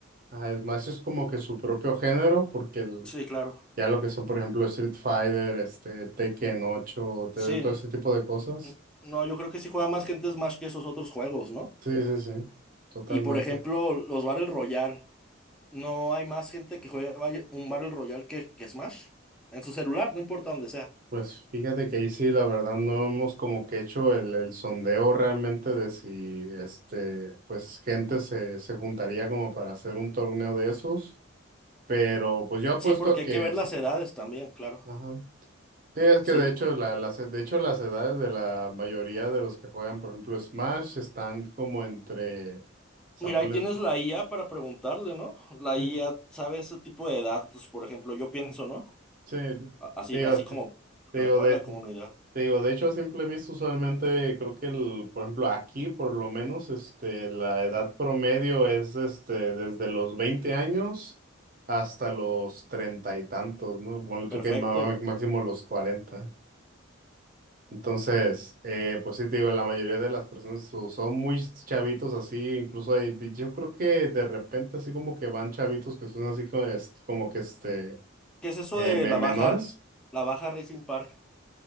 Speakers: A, on the right; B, in the centre.
A: ajá, Smash es como que su propio género porque el-
B: Sí, claro.
A: ya lo que son, por ejemplo, Street Fighter, este Tekken ocho, te-
B: Sí,
A: todo
B: n-
A: ese tipo de cosas.
B: n- no, yo creo que sí juega más gente Smash que esos otros juegos, ¿no?
A: Sí, sí, sí, totalmente.
B: Y por ejemplo, los Battle Royale. ¿No hay más gente que juega valle- un Battle Royale que, que Smash? En su celular, no importa donde sea.
A: Pues fíjate que ahí sí, la verdad, no hemos como que hecho el, el sondeo realmente de si, este, pues gente se, se juntaría como para hacer un torneo de esos, pero pues yo apuesto
B: Sí, porque
A: a que
B: hay que ver
A: sí.
B: las edades también, claro.
A: Ajá. Sí, es
B: Sí.
A: que de hecho, la, las, de hecho las edades de la mayoría de los que juegan, por ejemplo, Smash, están como entre, o sea,
B: Mira,
A: ponle,
B: ahí tienes la IA para preguntarle, ¿no? La
A: eh,
B: IA sabe ese tipo de datos, por ejemplo, yo pienso, ¿no?
A: sí,
B: A- Así,
A: digo,
B: así como,
A: te
B: la-
A: digo,
B: ¿cuál
A: de,
B: es la comunidad?
A: Te digo, de hecho, a simple vista, usualmente creo que el, por ejemplo, aquí por lo menos, este, la edad promedio es este, desde los 20 años hasta los treinta y tantos, ¿no? Ponle tú
B: Perfecto.
A: que ma- máximo los cuarenta Entonces, eh, pues sí, te digo, la mayoría de las personas so- son muy chavitos así, incluso hay, di- yo creo que de repente así como que van chavitos que son así como, es- como que este,
B: ¿Qué es eso
A: eh,
B: de
A: me-
B: la
A: menores,
B: baja, la baja Racing Park?